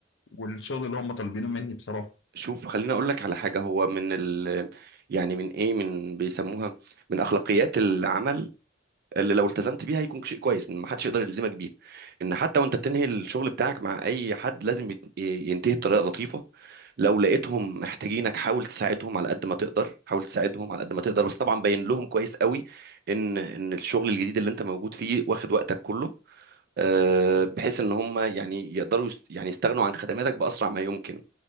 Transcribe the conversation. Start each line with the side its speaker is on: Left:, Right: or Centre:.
Left: والشغل اللي هم طالبينه مني بصراحة
Right: شوف خليني اقول لك على حاجه هو من ال يعني من ايه من بيسموها من اخلاقيات العمل اللي لو التزمت بيها هيكون شيء كويس ان محدش يقدر يلزمك بيها ان حتى وانت بتنهي الشغل بتاعك مع اي حد لازم يت- ينتهي بطريقه لطيفه لو لقيتهم محتاجينك حاول تساعدهم على قد ما تقدر حاول تساعدهم على قد ما تقدر بس طبعا بين لهم كويس قوي ان ان الشغل الجديد اللي انت موجود فيه واخد وقتك كله آه، بحيث ان هم يعني يقدروا يست- يعني يستغنوا عن خدماتك باسرع ما يمكن